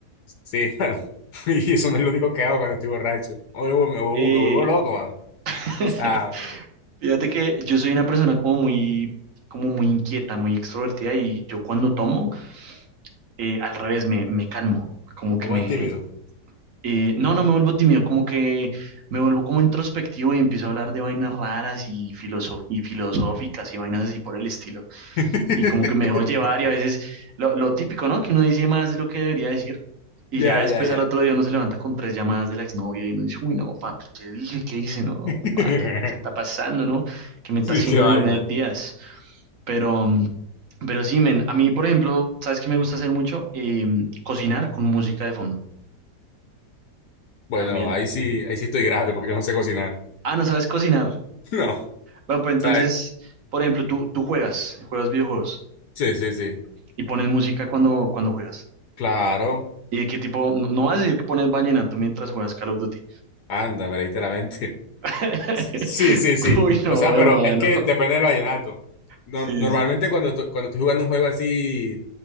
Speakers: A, on the left (about 70°); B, on the right (about 55°).
A: Sí, <laughs> mano, y eso no es lo único que hago cuando estoy borracho. Me vuelvo, me vuelvo-
B: Eh,
A: me vuelvo loco,
B: <laughs>
A: mano. O sea,
B: fíjate que yo soy una persona como muy, como muy inquieta, muy extrovertida y yo cuando tomo, eh, al revés, me, me calmo, como que
A: te pones
B: me...
A: tímido.
B: eh, no, no me vuelvo tímido, como que me vuelvo como introspectivo y empiezo a hablar de vainas raras y, filoso y filosóficas y vainas así por el estilo.
A: <laughs>
B: y como que me dejó llevar y a veces lo, lo típico, ¿no? Que uno dice más de lo que debería decir y
A: Ya,
B: ya después
A: ya, ya.
B: al otro día uno se levanta con tres llamadas de la exnovia y uno dice, uy, no, papi, ¿qué dije? ¿Qué hice? No,
A: <laughs>
B: papá, ¿qué, qué está pasando, no? ¿Qué me está
A: Sí,
B: haciendo
A: qué vaina.
B: Diomedes Díaz? Pero, mm, pero sí, men, a mí, por ejemplo, ¿sabes qué me gusta hacer mucho? Eh, cocinar con música de fondo
A: Bueno,
B: también.
A: ahí sí, ahí sí estoy grave porque no sé cocinar. <laughs>
B: Ah, ¿no sabes cocinar?
A: No,
B: Bueno, pues entonces,
A: ¿sabes?
B: por ejemplo, tú, tú juegas, juegas videojuegos
A: Sí, sí, sí.
B: y pones música cuando, cuando juegas.
A: Claro.
B: ¿Y de qué tipo? No, no vas a decir que pones vallenato mientras juegas Call of Duty.
A: Anda, pero literalmente. <laughs>
B: <laughs>
A: Sí, sí, sí.
B: Uy, no,
A: O sea, pero
B: hermano.
A: es que depende del vallenato. Nor-
B: Sí,
A: normalmente
B: sí, sí.
A: cuando, esto- cuando estoy jugando un juego así,